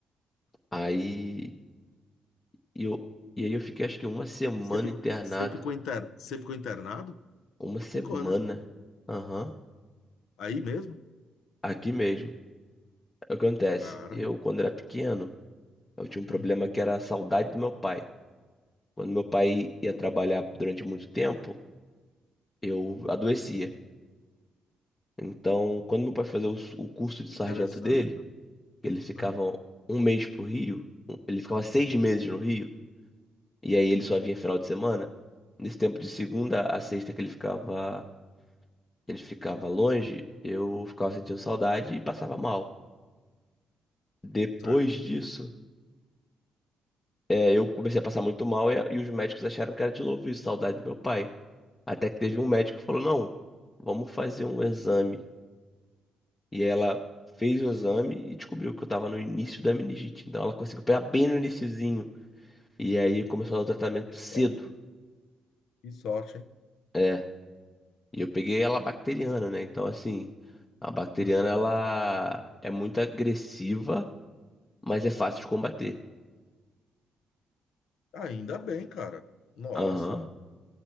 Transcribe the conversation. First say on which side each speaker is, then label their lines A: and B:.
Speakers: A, on the left; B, on the left.
A: Aí eu, e aí eu fiquei acho que uma semana
B: Você ficou,
A: internado,
B: você ficou, inter, você ficou internado?
A: uma semana.
B: Ficou, né?
A: Aham.
B: Aí mesmo?
A: Aqui mesmo. É o que acontece.
B: Cara,
A: Eu, quando era pequeno, eu tinha um problema
B: hum,
A: que era a saudade do meu pai. Quando meu pai ia trabalhar durante muito tempo, eu adoecia. Então, quando meu pai fazia o, s- o curso de
B: interessante,
A: sargento dele,
B: cara.
A: ele ficava
B: Hum,
A: um mês pro Rio, um- ele ficava seis meses no Rio, e aí ele só vinha final de semana. Nesse tempo de segunda a sexta que ele ficava, ele ficava longe, eu ficava sentindo saudade e passava mal. Depois
B: certo.
A: disso É, eu comecei a passar muito mal e, e os médicos acharam que era de novo isso, saudade do meu pai. Até que teve um médico que falou: não, vamos fazer um exame. E ela fez o exame e descobriu que eu tava no início da meningite. Então ela conseguiu pegar bem no iniciozinho. E aí começou a dar o tratamento
B: Que sorte,
A: cedo.
B: hein? que sorte, hein?
A: É, e eu peguei ela bacteriana, né? Então, assim, a bacteriana
B: Hum.
A: ela é muito agressiva, mas é fácil de combater.
B: Ainda bem, cara. Nossa,
A: Aham.